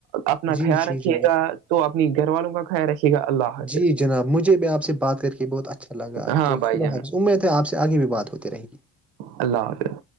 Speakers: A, on the right; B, in the centre.
A: اپنا
B: جی
A: خیال
B: جی
A: رکھیے
B: جناب
A: گا تو اپنی گھر والوں کا خیال رکھے گا اللہ حافظ
B: جی جناب مجھے بھی آپ سے بات کر کے بہت اچھا لگا
A: ہاں
B: تو
A: بھائی
B: خدا
A: جان
B: حاظ امید ہے آپ سے آگے بھی بات ہوتی رہے گی
A: اللہ حافظ